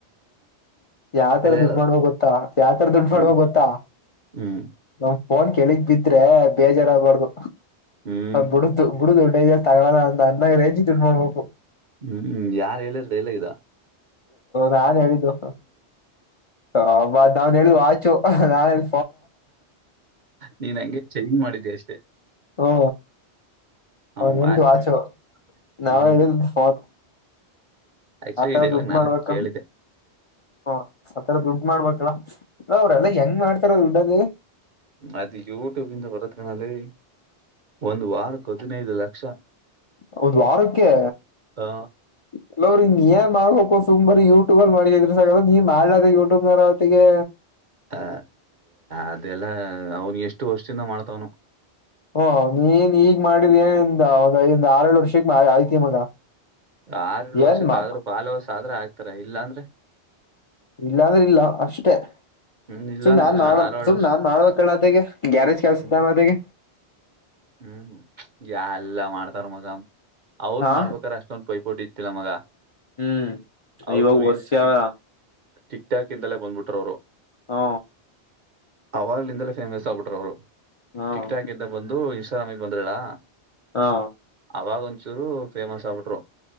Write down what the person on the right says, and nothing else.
ಹೇಳಿ
ಹೇಳು
ಹ್ಮ್
ಹ್ಮ್
ಹ್ಮ್
ಹ್ಮ್ ಯಾರ್ು ಹೇಳಿರದ ಎಲ್ಲಗಿದ.
ನೀನ್ ಹಂಗೆ ಚೇಂಜ್ ಮಾಡಿದ್ದೆ ಅಷ್ಟೇ
ಅವನ್
ವಾಚ್
ಬಿಲ್
ಹ್ಮ್
ಆಕ್ಚುಲಿ
ಈ ಡೈಲಾಗ್
ನಾನು
ಕೇಳಿದೆ
ಅದ ಯೂಟ್ಯೂಬ್ ಇಂದ ಬರತ್ ಕಣಾಲಲ್ಲಿ. ಒಂದು ವಾರಕ್ಕೆ ಹದಿನೈದು ಲಕ್ಷ.
ಆ
ಅ ಅದೆಲ್ಲ ಅವನ್ ಎಷ್ಟು ವಷ್ಟಿಂದ ಮಾಡ್ತವ್ನು.
ಆಾರ್ ಲೋಸಕ್
ಆದ್ರೂ ಪಾಲುಸ ಆದ್ರ ಆಗ್ತಾರ ಇಲ್ಲಾಂದ್ರೆ.
ಹ್ಮ್ ಇಲ್ಲ
ಅಂದ್ರೆ
ಇಲ್ಲ
ಆರೇಳು
ವರ್ಷ
ಹ್ಮ್
ಹ್ಮ್ ಯ ಎಲ್ಲಾ ಮಾಡ್ತಾರ ಮಗಂ. ಅವ್ರ
ಮಾಡ್ಬೇಕ್ರ ಅಷ್ಟೊಂದು ಪೈಪೋಟ ಇತ್ತಿಲ್ಲ ಮಗ.
ಅವರು
ರೀಲ್ಸ್
ಟಿಕ್ ಟಿಕ್ ಟಾಕ್ ಇಂದಲೇ ಬಂದ್ಬಿಟ್ರ ಅವರು.
ಆರ್ಲ್ಡ್ ಇಂದಲೇ ಫೇಮಸ್ ಆಗ್ಬಿಟ್್ರ ಅವರು
ಟಿಕ್
ಟಾಕ್ ಇಂದ ಬಂದು. ಾಮ ಬಂದರಲಾ.
ಅವಾಗಂಚೂರು ಫೇಮಸ್ ಆಬಿಟರು.